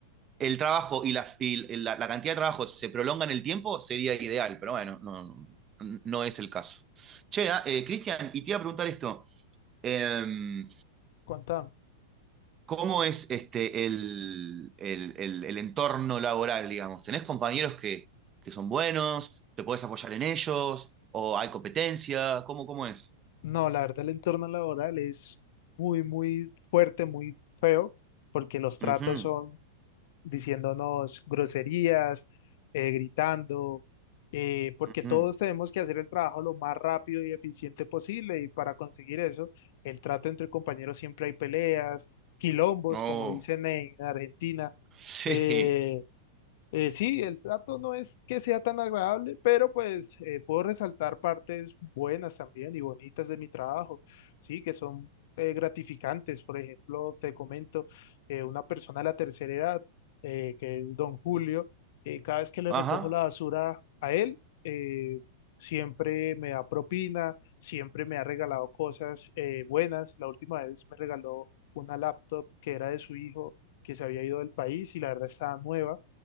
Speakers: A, on the right; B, on the left.
A: el trabajo y, la, y la, la cantidad de trabajo se prolonga en el tiempo, sería ideal, pero bueno, no, no no es el caso. Che, ah, eh, Cristian, y te iba a preguntar esto. Eh,
B: Cuéntame.
A: ¿Cómo es este, el, el- el- el entorno laboral, digamos? ¿Tenés compañeros que, que son buenos? ¿Te podés apoyar en ellos? ¿O hay competencia? ¿Cómo, cómo es?
B: No, la verdad, el entorno laboral es muy, muy fuerte, muy feo, porque los tratos
A: Ujú,
B: son diciéndonos groserías, eh, gritando, eh, porque
A: ujú.
B: todos tenemos que hacer el trabajo lo más rápido y eficiente posible, y para conseguir eso, el trato entre compañeros siempre hay peleas, quilombos,
A: No.
B: como dicen en Argentina,
A: <laughs>
B: eh,
A: Sí.
B: eh, sí, el trato no es que sea tan agradable, pero pues eh, puedo resaltar partes buenas también y bonitas de mi trabajo, sí, que son eh, gratificantes. Por ejemplo, te comento, eh, una persona de la tercera edad, eh, que es don Julio, eh, cada vez que le
A: Ajá.
B: recojo la basura a él, eh, siempre me da propina, siempre me ha regalado cosas eh, buenas. La última vez me regaló una laptop que era de su hijo, que se había ido del país y la verdad estaba nueva